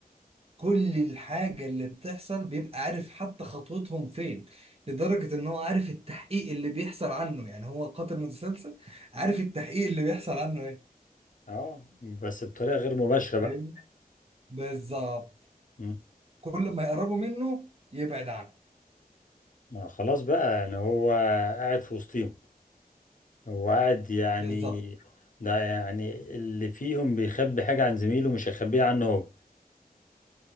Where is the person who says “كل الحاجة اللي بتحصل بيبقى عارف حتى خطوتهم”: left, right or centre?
Right